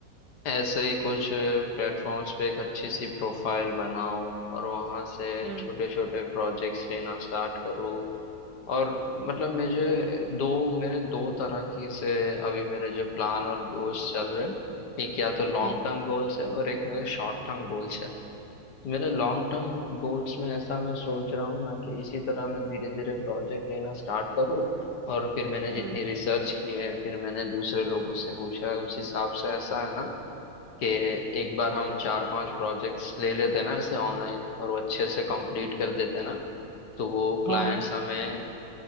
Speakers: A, on the left; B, on the right.
A: ऐसे ही कुछ प्लेटफॉर्म्स पे एक अच्छी सी प्रोफाइल बनाऊं और वहां से
B: हम्म
A: छोटे छोटे प्रोजेक्ट्स लेना स्टार्ट करूं और मतलब मुझे दो मेरे दो तरह की से अभी मेरे जो प्लान और गोल्स चल रहे हैं एक या तो लॉन्ग
B: हम्म
A: टर्म गोल्स है और एक मेरे शॉर्ट टर्म गोल्स है मेरे लॉन्ग टर्म गोल्स में ऐसा मैं सोच रहा हूँ ना कि इसी तरह मैं धीरे धीरे प्रोजेक्ट लेना स्टार्ट करूँ और फिर मैंने जितनी
B: हम्म
A: रिसर्च की है फिर मैंने दूसरे लोगों से पूछा है उस हिसाब से ऐसा है ना कि एक बार हम चार पांच प्रोजेक्ट्स ले लेते ना ऐसे ऑनलाइन और वो अच्छे से कंप्लीट कर देते ना तो वो क्लाइंट्स
B: हाँ
A: हमें